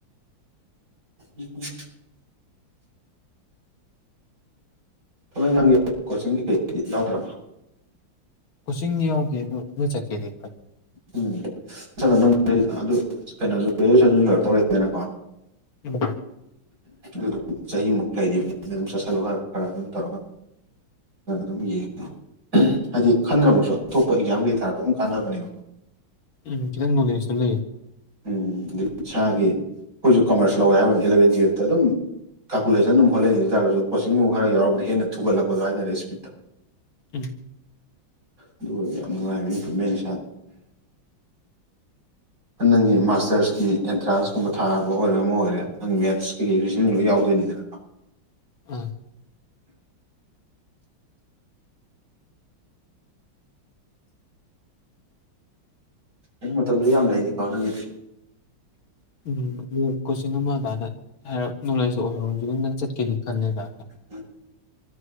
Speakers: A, on the right; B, on the left.
A: ꯎ ꯎ ꯊꯕꯛ ꯏꯈꯥꯡꯒꯤ ꯀꯣꯆꯤꯡꯒꯤꯩ ꯀꯩꯗꯤ ꯌꯥꯎꯗ꯭ꯔꯕ
B: ꯀꯆꯤꯡꯅꯤ ꯍꯧꯒꯦ ꯑꯗꯨ ꯆꯀꯦꯗꯤ
A: ꯎꯝ ꯁꯥꯅ ꯅꯪ ꯀꯩꯅꯣꯁꯨ ꯒ꯭ꯔꯦꯖꯨꯋꯦꯁꯟꯁꯨꯣꯏꯔ ꯇꯧꯔꯦꯗꯅꯀꯣ
B: ꯎꯝ
A: ꯑꯗꯨꯝ ꯆꯍꯤꯃꯨꯛ ꯂꯩꯔꯤꯕꯅꯤ ꯑꯩꯅ ꯑꯗꯨꯝ ꯆꯠꯁꯤꯜꯂꯣ ꯈꯔ ꯈꯔ ꯑꯗꯨꯝ ꯇꯧꯔꯒ ꯑꯝ ꯌꯦ ꯎ ꯍꯥꯏꯗꯤ ꯈꯟꯗ꯭ꯔꯕꯛꯁꯨ ꯑꯇꯣꯞꯄ ꯑꯦꯛꯖꯥꯝ ꯀꯩ ꯊꯥꯔꯛꯒ ꯑꯗꯨꯝ ꯀꯥꯟꯅꯕꯅꯦꯕ
B: ꯎꯝ ꯈꯤꯇꯪ ꯅꯣꯂꯦꯖꯁꯨ ꯂꯩ
A: ꯎꯝ ꯑꯗꯩ ꯏꯁꯥꯒꯤ ꯑꯩꯈꯣꯏꯁꯨ ꯀꯃꯔꯁ ꯂꯧꯋꯦ ꯍꯥꯏꯕꯅꯤ ꯑꯦꯂꯚꯦꯟ ꯇꯨꯌꯦꯜꯞꯇ ꯑꯗꯨꯝ ꯀꯥꯀꯨꯦꯁꯟ ꯑꯗꯨꯝ ꯍꯣꯠꯂ ꯑꯣꯏ ꯇꯥꯔꯒꯁꯨ ꯀꯣꯆꯤꯡꯒꯨꯝꯕ ꯈꯔ ꯌꯥꯎꯔꯕꯗꯤ ꯍꯦꯟꯅ ꯊꯨꯒꯠꯂꯛꯄꯗꯣ ꯍꯥꯏꯇꯥꯔꯦ ꯏꯁꯄꯤꯠꯇ
B: ꯎꯝ
A: ꯑꯗꯨ ꯑꯣꯏꯔꯒ ꯌꯥꯝ ꯅꯨꯡꯉꯥꯏꯔ ꯏꯝꯄ꯭ꯔꯨꯨꯞꯃꯦꯟ ꯏꯁꯥꯗ ꯅꯪꯒꯤ ꯃꯥꯁꯇꯔꯁꯀꯤ ꯑꯦꯟꯇ꯭ꯔꯥꯟꯁꯀꯨꯝꯕ ꯊꯥꯕ ꯑꯣꯏꯔ ꯑꯃ ꯑꯣꯏꯔꯦ ꯅꯪ ꯃꯦꯠꯁꯀ ꯔꯤꯖꯟ ꯂꯣꯏ ꯌꯥꯎꯗꯣꯏ ꯗꯔ
B: ꯑꯥ
A: ꯑꯩꯅ ꯃꯇꯝꯗ ꯌꯥꯝ ꯂꯩꯅꯤꯀꯣ ꯅꯪꯒꯤꯗꯤ
B: ꯎꯝ ꯑꯗꯨ ꯀꯣꯆꯤꯡ ꯑꯃꯗꯥꯅ ꯍꯥꯏꯔꯞ ꯅꯣꯂꯦꯖ ꯑꯣꯏꯔꯁꯨ ꯑꯗꯨꯝꯅ ꯆꯠꯀꯦꯗꯤ ꯈꯜꯂꯦꯗ
A: ꯎ